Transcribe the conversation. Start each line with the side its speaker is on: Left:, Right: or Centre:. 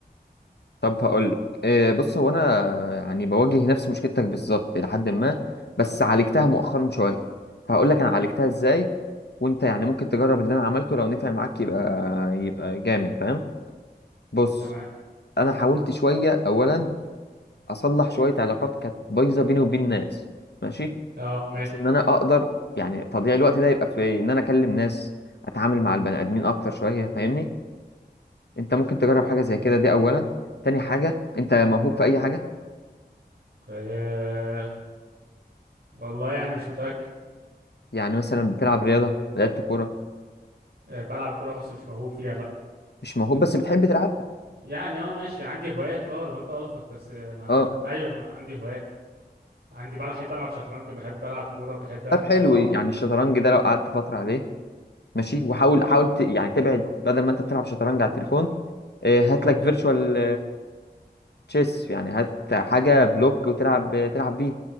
Left: طب هقول لك إيه بص هو انا يعني بواجه نفس مشكلتك بالظبط الى حد ما بس عالجتها مؤخرا شويه فهقول لك انا عالجتها ازاي وانت يعني ممكن تجرب اللي انا عملته لو نفع معاك يبقى يبقى جامد فاهم بص
Right: تمام
Left: انا حاولت شويه اولا اصلح شويه علاقات كانت بايظه بيني وبين ناس ماشي
Right: اه ماشي
Left: بحيث ان انا اقدر يعني تضييع الوقت ده يبقى في ان انا اكلم ناس اتعامل مع البني ادمين اكتر شويه فاهمني انت ممكن تجرب حاجه زي كده دي اولا تاني حاجه انت موهوب في اي حاجه
Right: آه، والله يعني مش متأكد
Left: يعني مثلا بتلعب رياضه لعبت كوره
Right: آه، بلعب كورة بس مش موهوب فيها لا
Left: مش موهوب بس بتحب تلعبها
Right: يعني اه ماشي عندي هوايات اه لو انت قصدك بس آه، ما...
Left: اه
Right: ايوه عندي هوايات عندي بلعب، بحب العب شطرنج بحب العب كوره بحب اقابل
Left: طب حلو
Right: صحابي
Left: يعني الشطرنج ده لو قعدت فتره عليه ماشي وحاول حاول ت... يعني تبعد بدل ما انت بتلعب شطرنج على التليفون اه، هات لك فيرتشوال تشيس يعني هات حاجه بلوك وتلعب تلعب بيه